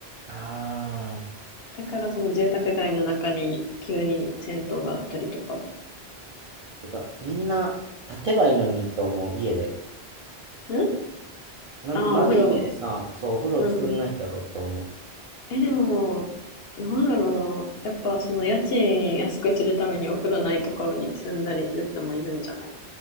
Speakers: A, on the right; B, on the left.
A: ああ、
B: だから、その住宅街の中に急に銭湯があったりとか。
A: てか、みんな立てばいいのにと思う、家で。
B: ん
A: なん、
B: ああー、
A: なんで家でさ、
B: お風呂。
A: そう、お風呂作んないんだろうと思う。
B: うん。え、でも、なんだろうな。やっぱ、その家賃安くするためにお風呂ないところに住んだりする人もいるんじゃない